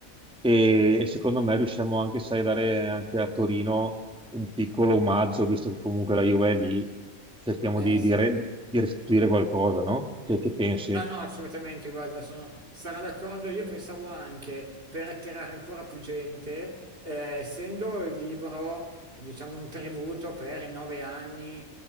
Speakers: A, in the centre; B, on the right (about 45°).
A: e, e secondo me riusciamo anche, sai, a dare anche a Torino un piccolo omaggio, visto che comunque la Juve è lì, cerchiamo
B: Eh
A: di,
B: sì,
A: di re- di restituire qualcosa, no? Che,
B: Mm.
A: che pensi?
B: no, no, assolutamente, guarda, sono, sarò d'accordo. Io pensavo anche per attirare ancora più gente, eh, essendo il libro, diciamo, un tributo per i nove anni